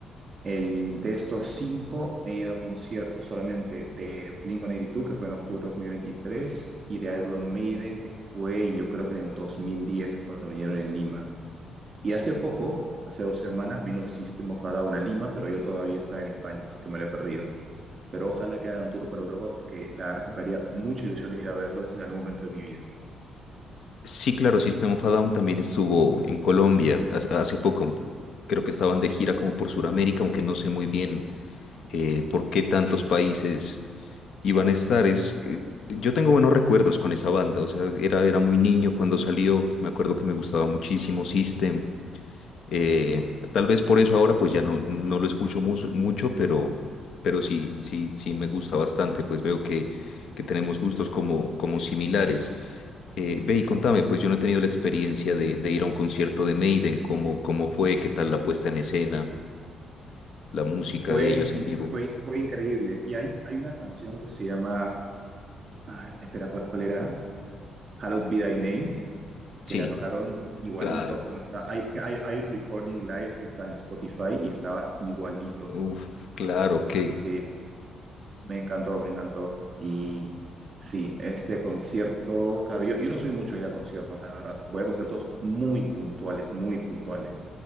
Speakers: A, on the right; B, on the left.
A: El, de estos cinco he ido a conciertos solamente de Blink-182, que fue en octubre de 2023, y de Iron Maiden, que fue yo creo que en el 2010 cuando vinieron en Lima. Y hace poco, hace dos semanas, vino System of a Down a Lima, pero yo todavía estaba en España, así que me lo he perdido. Pero ojalá que hagan tour por Europa porque la verdad es que me haría mucha ilusión ir a verlos en algún momento de mi vida.
B: Sí, claro, System of a Down también estuvo en Colombia ha- hace poco. Creo que estaban de gira como por Sudamérica, aunque no sé muy bien eh, por qué tantos países iban a estar. Es, que yo tengo buenos recuerdos con esa banda, o sea, era, era muy niño cuando salió, me acuerdo que me gustaba muchísimo System. Eh, tal vez por eso ahora pues ya no, no lo escucho mucho, mucho, pero, pero sí, sí, sí me gusta bastante, pues veo que, que tenemos gustos como, como similares. Eh, ve y contame, pues yo no he tenido la experiencia de, de ir a un concierto de Maiden, ¿cómo, cómo fue? ¿Qué tal la puesta en escena? ¿La música
A: Fue,
B: de ellos
A: in-
B: en vivo?
A: fue, fue increíble. Y hay, hay una canción que se llama, ah, espera, ¿cuál, cuál era? Hallowed Be Thy Name,
B: Sí,
A: que la tocaron igualito
B: claro.
A: como está. Hay, hay, hay un recording live que está en Spotify y estaba igualito.
B: Uf, claro que...
A: Sí, Me encantó, me encantó. Y sí, este concierto, claro, yo, yo no soy mucho de ir a conciertos, la verdad. Voy a conciertos muy puntuales, muy puntuales.